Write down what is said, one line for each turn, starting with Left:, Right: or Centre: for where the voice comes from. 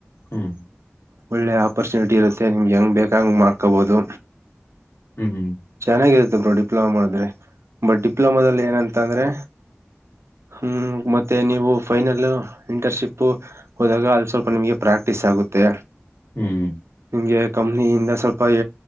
Left: ಹ್ಮ್
Right: ಒಳ್ಳೆ ಆಪರ್ಚುನಿಟಿ ಇರುತ್ತೆ ನಿಮ್ಗೆ ಹೆಂಗ್ ಬೇಕಂಗ್ ಮಾಡ್ಕೋಬಹುದು
Left: ಹ್ಮ್ ಹ್ಮ್
Right: ಚೆನ್ನಾಗಿರುತ್ತೆ ಬ ಡಿಪ್ಲೊಮಾ ಮಾಡಿದ್ರೆ ಬಟ್ ಡಿಪ್ಲೊಮಾದಲ್ಲಿ ಏನಂತ ಅಂದ್ರೆ ಹ್ಮ್ ಮತ್ತೆ ನೀವು ಫೈನಲ್ ಇಂಟರ್ನ್ಶಿಪ್ ಹೋದಾಗ ಅಲ್ಲಿ ಸ್ವಲ್ಪ ನಿಮ್ಗೆ ಪ್ರಾಕ್ಟೀಸ್ ಆಗುತ್ತೆ
Left: ಹ್ಮ್ ಹ್ಮ್
Right: ನಿಮ್ಗೆ ಕಂಪನಿ ಯಿಂದ ಸ್ವಲ್ಪ